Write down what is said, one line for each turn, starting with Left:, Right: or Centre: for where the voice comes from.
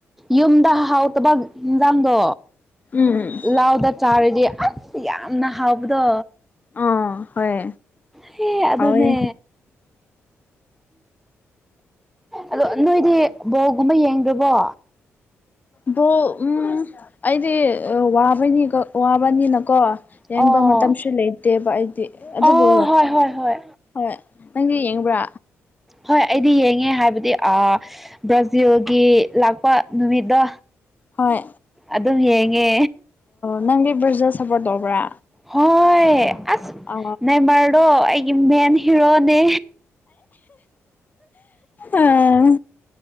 Centre: ꯌꯨꯝꯗ ꯍꯥꯎꯇꯕ ꯌꯦꯟꯖꯥꯡꯗꯣ
Left: ꯎꯝ
Centre: ꯂꯥꯎꯗ ꯆꯥꯔꯤꯗꯤ ꯌꯥꯝꯅ ꯍꯥꯎꯕꯗꯣ
Left: ꯑꯥ ꯍꯣꯏ
Centre: ꯍ ꯑꯗꯨꯗꯅꯦ
Left: ꯍꯥꯎꯋꯦ
Centre: ꯑꯗꯣ ꯅꯣꯏꯗꯤ ꯕꯣꯒꯨꯝꯕ ꯌꯦꯡꯗ꯭ꯔꯕꯣ
Left: ꯕꯣ ꯎ ꯑꯩꯗꯤꯕꯅꯤ ꯋꯥꯕꯅꯤꯅꯀꯣ ꯌꯦꯡꯕ
Centre: ꯑꯣ
Left: ꯃꯇꯝ ꯀꯁꯨ ꯂꯩꯇꯦꯕ ꯑꯩꯗꯤ ꯑꯗꯨꯕꯨ
Centre: ꯑꯣ ꯍꯣꯏ ꯍꯣꯏ ꯍꯣꯏ
Left: ꯍꯣꯏ ꯅꯪꯒꯤ ꯌꯦꯡꯕ꯭ꯔꯥ
Centre: ꯍꯣꯏ ꯑꯩꯗꯤ ꯌꯦꯡꯉꯦ ꯍꯥꯏꯕꯗꯤ ꯕ꯭ꯔꯥꯖꯤꯜꯒꯤ ꯂꯥꯛꯄ ꯅꯨꯃꯤꯠꯇ
Left: ꯍꯣꯏ
Centre: ꯑꯗꯨꯝ ꯌꯦꯡꯉꯦ
Left: ꯅꯪꯒꯤ ꯕ꯭ꯔꯖꯔ ꯁꯄꯣꯔ ꯇꯧꯕ꯭ꯔꯥ
Centre: ꯍꯣꯏ ꯑꯁ
Left: ꯑ
Centre: ꯅꯥꯏꯃꯔꯗꯣ ꯑꯩꯒꯤ ꯃꯦꯟ ꯍꯔꯣꯅꯦ
Left: ꯎꯝ